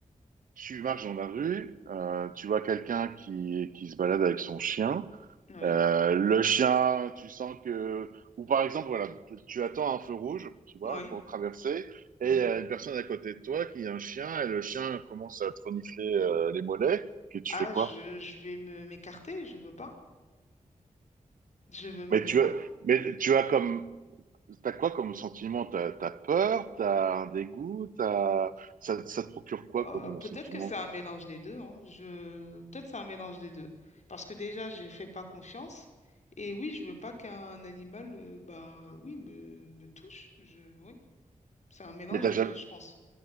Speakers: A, on the right; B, on the left.
A: tu marches dans la rue, euh, tu vois quelqu'un qui, qui se balade avec son chien,
B: oui,
A: Euh, le chien, tu sens que... Ou par exemple, voilà, tu, tu attends un feu rouge, tu vois,
B: oui,
A: pour traverser, et
B: oui.
A: il y a une personne à côté de toi qui a un chien, et le chien commence à te renifler euh, les mollets, que tu
B: Ah,
A: fais quoi?
B: je, je vais me m'écarter, je veux pas. Je veux même
A: Mais tu
B: pas.
A: as, mais tu as comme... T'as quoi comme sentiment? T'as, t'as peur? T'as un dégoût? T'as... Ça, ça te procure quoi
B: Euh,
A: comme
B: peut-être
A: sentiment?
B: que c'est un mélange des deux, hein. Je... Peut-être c'est un mélange des deux. Parce que déjà, je fais pas confiance. Et oui, je veux pas qu'un animal, euh, bah euh, oui, me, me touche. Je... Oui, c'est un mélange
A: Mais t'as
B: des
A: jamais,
B: deux, je pense.